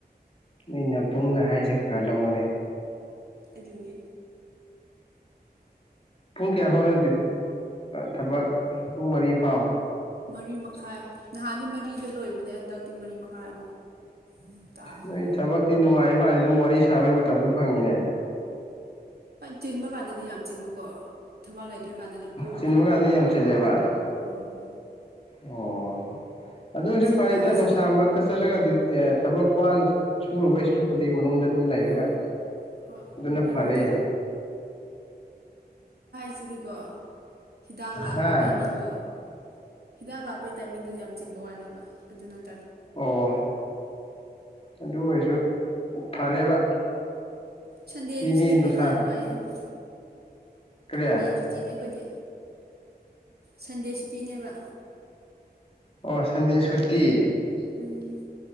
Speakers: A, on the left (about 35°); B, on the right (about 70°).
A: ꯅ ꯅꯕꯨꯡꯅ ꯍꯥꯏꯁꯦ ꯈꯔ ꯈꯔ ꯂꯧꯅꯦ
B: ꯑꯗꯨꯅꯦ
A: ꯄꯨꯡ ꯀꯌꯥ ꯐꯥꯎꯅꯣ ꯊꯕꯛ ꯄꯨꯡ ꯃꯔꯤ ꯐꯥꯎ
B: ꯃꯔꯤ ꯃꯈꯥꯏ ꯅꯍꯥꯟꯗꯤ ꯃꯔꯤꯗ ꯂꯣꯏꯕꯅꯦ ꯍꯟꯗꯛꯇꯤ ꯃꯔꯤ ꯃꯈꯥꯏ ꯑꯃꯨꯛ ꯇꯥꯈ꯭ꯔꯦ
A: ꯅ ꯊ ꯀꯤ ꯅꯅꯨꯡꯉꯥꯏꯃ ꯑꯗꯨꯝ ꯋꯥꯔꯤ ꯁꯥꯕꯩ ꯃꯇꯝꯁꯨ ꯐꯪꯉꯤꯅꯦ
B: ꯍꯣꯏ ꯆꯤꯟꯕ ꯀꯥꯟꯗꯗꯤ ꯌꯥꯝ ꯆꯤꯟꯕꯀꯣ ꯊꯕꯛ ꯂꯩꯇ꯭ꯔꯀꯥꯟꯗꯅ ꯀꯣꯝ
A: ꯆꯤꯟꯕ
B: ꯏꯀꯣꯝ
A: ꯀꯥꯟꯗꯅ
B: ꯀꯣꯝꯕ
A: ꯌꯥꯝ ꯆꯤꯜꯂꯦꯕ
B: ꯎꯝ
A: ꯑꯣ ꯑꯗꯨ ꯑꯣꯏꯔꯁꯨ
B: ꯆꯤꯟꯕ
A: ꯐꯔꯦꯗ
B: ꯍꯥꯏꯁꯤꯗꯤ
A: ꯅꯨꯡꯁꯥ ꯃꯔꯛꯇ ꯆꯠꯂꯒ ꯗꯤ ꯊꯕꯛ ꯋꯥꯅ ꯁꯨꯨꯔꯨꯕꯩ ꯁꯔꯨꯛꯄꯨꯗꯤ ꯃꯅꯨꯡꯗ ꯑꯗꯨꯝ ꯂꯩꯔꯒ
B: ꯑꯥ ꯍꯣꯏ
A: ꯑꯗꯨꯅ
B: ꯑꯗꯨꯗꯤ
A: ꯐꯔꯦ
B: ꯁꯤꯗꯤꯒꯣ ꯍꯤꯗꯥꯛ ꯂꯥꯛꯄ
A: ꯍꯥ
B: ꯇꯥꯏꯃꯤꯡꯗꯣ ꯍꯤꯗꯥꯛ ꯂꯥꯛꯄꯩ ꯇꯥꯏꯃꯤꯡꯗꯣ ꯌꯥꯝ ꯆꯤꯟꯕ ꯋꯥꯅꯦꯕ ꯑꯗꯨꯅꯠ
A: ꯑꯣ ꯑꯗꯨ ꯑꯣꯏꯔꯁꯨ ꯐꯔꯦꯕ
B: ꯁꯟꯗꯦꯗꯨꯁꯨꯇꯤ
A: ꯃꯤꯗꯤ ꯅꯨꯡꯁꯥ
B: ꯄꯤꯕꯅꯤꯅ ꯅꯨꯡꯉꯥꯏꯌꯦ ꯌꯥꯝꯅ
A: ꯀꯔꯤ
B: ꯍꯌꯦꯡ ꯁꯨꯇꯤꯅꯦ ꯑꯩꯈꯣꯏꯗꯤ ꯁꯟꯗꯦꯁꯨꯇꯤꯅꯦꯕ
A: ꯑꯣ ꯁꯟꯗꯦ ꯁꯨꯇꯤ
B: ꯎꯝ